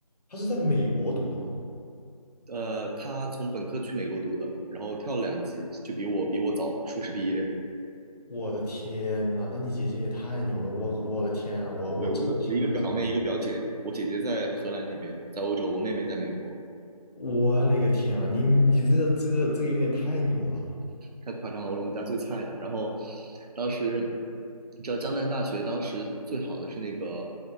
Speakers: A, on the left; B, on the right.
A: 他是在美国读的嘛。
B: 呃，他从本科去美国读的，然后跳了两级，就比我比我早硕士毕业。
A: 我的天呐，那你姐姐也太牛了！我我的天啊，我我震惊了，
B: 对，我的我一个表妹，
A: 真的
B: 一个表姐，我姐姐在荷兰那边，在欧洲，我妹妹在美国。
A: 我勒个天啊！你你这个这个这个有点太牛了。
B: 太夸张了，我是我们家最菜的。然后当时你知道江南大学当时最好的是那个